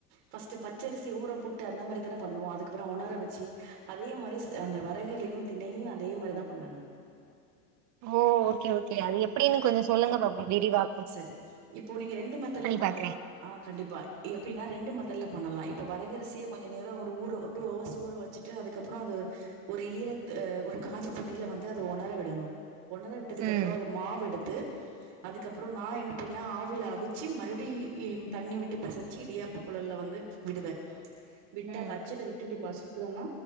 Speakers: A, on the right; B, on the right.
A: ஃபர்ஸ்ட் பச்சரிசிய ஊற போட்டு அந்த மாரிதான பண்ணுவோ அதுக்கப்பற ஒணர வச்சு அதே மாரி ஸ் அந்த வரகுலயு திணைலயு அதே மாரி தா பண்ணணு
B: ஓ ஓக்கே ஓக்கே அது எப்டின்னு கொஞ்சோ சொல்லுங்க பாப்போ விரிவா
A: சரி இப்போ நீங்க ரெண்டு மெத்தட்ல பண்ணலா
B: பாக்குறே
A: ஆ கண்டிப்பா எப்டினா ரெண்டு மெத்தேட்ல பண்ணலா இப்ப வரகரசிய கொஞ்சோ நேரோ ஒரு ஊர ஒரு டூ ஹவர்ஸ் ஊர வச்சு ட்டு அதுக்கப்றோ அது ஒரு ஈரத் அ ஒரு காஞ்ச துணில வந்து அது ஒணர விடணு ஒனர விட்டதுக்கு
B: ம்
A: அப்றோ அத மாவு எடுத்து அதுக்கப் ப்றோ நா என்ன <inaudible> ப்டின்னா ஆவில அவிச்சு மறுபடியு இ தண்ணி விட்டு பெசைஞ்சு இடியாப்ப குழல்ல வந்து விடுவே விட்டு
B: ம்
A: அந்த அச்சுல விட்டு இப்டிபா சுத்துனனா